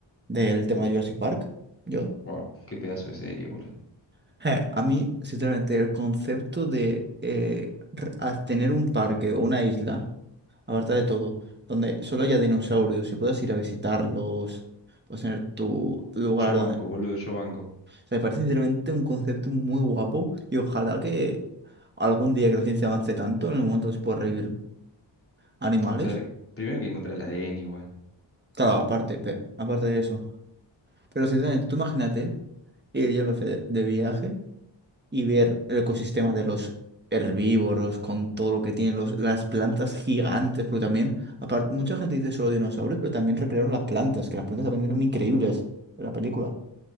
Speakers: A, on the right; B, on the left.
A: del tema
B: Y,
A: de Jurassic Park. Yo.
B: guau, qué pedazo de serie, boludo.
A: <laughs> Eh, a mí, sinceramente, el concepto de eh, r- a tener un parque o una isla. Aparta de todo, donde solo haya dinosaurios y puedas ir a visitarlos, puedes tener tu lugar
B: Yo
A: donde...
B: banco, boludo,
A: O
B: yo banco.
A: sea, me parece sinceramente un concepto muy guapo y ojalá que algún día que la ciencia avance tanto en el momento que se pueda revivir animales.
B: Pero primero hay que encontrar el ADN igual.
A: Claro, aparte, pero, aparte de eso. Pero si tú imagínate ir yo que sé, de viaje. y ver el ecosistema de los herbívoros con todo lo que tienen los, las plantas gigantes, porque también, aparte, mucha gente dice solo dinosaurios, pero también recrearon las plantas, que las plantas también eran increíbles en la película,